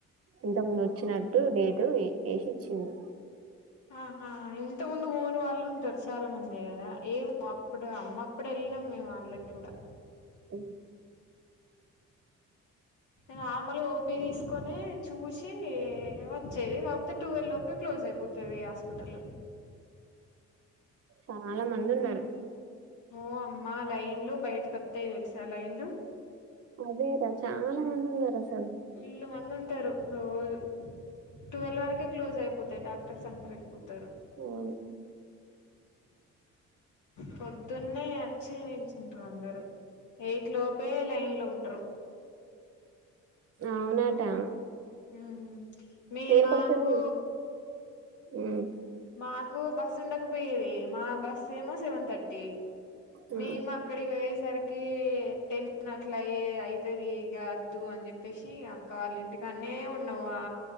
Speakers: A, on the right; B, on the left.
A: ఇంత ముందు వచ్చినట్టు డేటు వేసి ఇచ్చింది
B: ఆహా ఇంత ముందు పోని వాళ్ళు ఉంటారు చాలా మంది కదా ఏమో అప్పుడు అమ్మప్పుడు వెళ్ వెళ్లినాం మేము వాళ్ళకి కూడా
A: అవ్
B: నార్మల్గా ఓపి తీసుకొని చూసి వచ్చేది కాకపోతే టువెల్ లోపే క్లోజ్ అయిపోతుదిగ హోటలు
A: చాలా మంది ఉన్నారు
B: ఓ అమ్మా లైన్లు బయటికి వత్తాయి తెలుసా లైన్లు
A: అదే రా చాలా మంది ఉన్నారు అస్స
B: వీల్లు మంది ఉంటారు రోజు టువల్ వరకే క్లోజ్ అయిపోతాయి డాక్ట ర్ సంగారు వెళ్ళిపోతారు
A: అవును
B: పొద్దున్నే వచ్చి నిల్చుంటారు అందరూ ఎయిట్ లోపే లైన్ లో ఉంటరు
A: అవునటా
B: ఉమ్ మీ
A: నేను
B: మాకు
A: కొంచం మ్మ్
B: మాకు బస్సు ఉండకపోయేవి మా బస్ ఏమో సెవెన్ థర్టీ
A: మ్మ్
B: మేము అక్కడి పోయేసరికి టెన్ అట్లు అయి సరి ఈగ అద్దు అనే చెప్పెస్ సి ఇగ అక్క వాళ్ళ ఇంటికానే ఉన్నాం ఆ